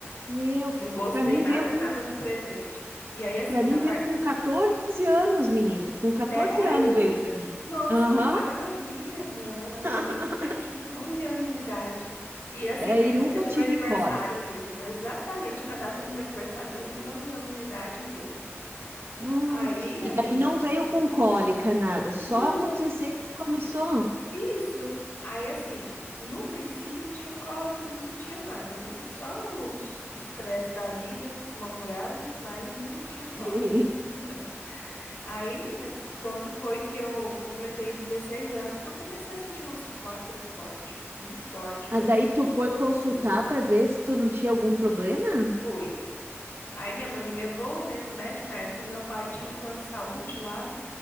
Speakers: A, on the right (about 60°); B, on the left (about 50°).
A: Meu,
B: não gostei
A: pra mim
B: nada,
A: veio com,
B: nada do presente. E aí, assim,
A: para mim
B: a parte.
A: veio com 14 anos, menina. Com 14
B: Sério?
A: anos veio pra mim.
B: Nossa,
A: Aham.
B: que maravilha! Não, a minha
A: <laughs>
B: vez cedinho, 11 anos de idade. E assim,
A: É,
B: bem
A: e nunca
B: no dia do
A: tive
B: meu aniversário
A: cólica.
B: mesmo, exatamente na data do meu aniversário que eu fiz 11 anos de idade veio.
A: Hum,
B: Aí, amiga,
A: e daí não veio com cólica, nada, só
B: não,
A: com 16 que começou.
B: isso. Aí assim, no princípio não tinha cólica, não sentia nada, né? Só os estresse da vida, uma murada, mas não tinha
A: <laughs>
B: cólica. <laughs> Aí, menina, quando foi que eu completei 16 anos que eu comecei a sentir umas cólicas fortes, muito forte mesmo.
A: Mas daí tu foi consultar
B: Dor.
A: para ver se tu não tinha algum problema?
B: Foi. Aí minha mãe me levou, né, no médico. Na época meu pai tinha um plano de saúde lá,